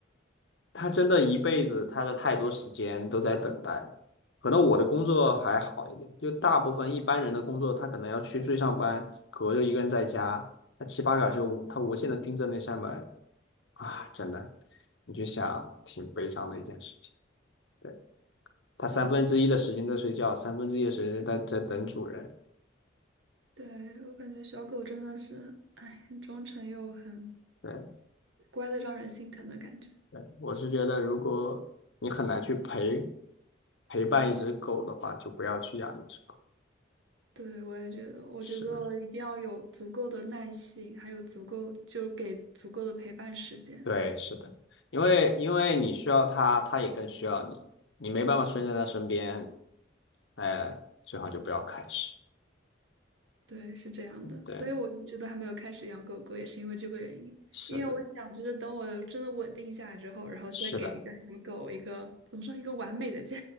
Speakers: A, on the left (about 70°); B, on the right (about 80°).
A: 它真的一辈子，它的太多时间都在等待。可能我的工作还好一点，就大部分一般人的工作，他可能要去去上班，狗狗就一个人在家，它七八个小时无，他无限的盯着那扇门啊，真的，你就想挺悲伤的一件事情。对。他三分之一的时间在睡觉，
B: 是的。
A: 三分之一的时间在在等主人。
B: 对，我感觉小狗真的是，哎，很忠诚又很
A: 对
B: 乖的让人心疼的感觉。
A: 对，我是觉得，如果你很难去陪陪伴一只狗的话，就不要去养一只狗。
B: 对，我也觉得，我觉得一定要有足够的耐心，
A: 是的，
B: 还有足够，就是给足够的陪伴时间。
A: 对，是的，因为因为你需要它，它也更需要你，你没办法出现在它身边，哎、最好就不要开始。
B: 对，是这样的，
A: 对，
B: 所以我一直都还没有开始养狗狗，也是因为这个原因。
A: 是的，
B: 因为我想，就是等我真的稳定下来之后，然后再给一个小狗一个，
A: 是的。
B: 怎么说，一个完美的家。